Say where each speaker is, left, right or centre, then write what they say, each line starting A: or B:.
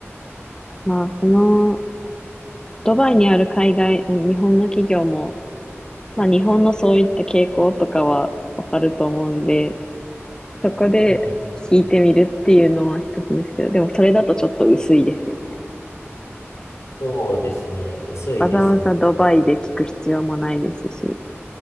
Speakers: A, on the left; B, on the left.
A: まあ、その、ドバイにある海外、日本の企業も、まあ、日本のそういった傾向とかはわかると思うんで、そこで
B: うん。
A: 聞いてみるっていうのは一つですけど、でもそれだとちょっと薄いですよね。
B: そうですね。薄いですね。
A: わざわざドバイで聞く必要もないですし。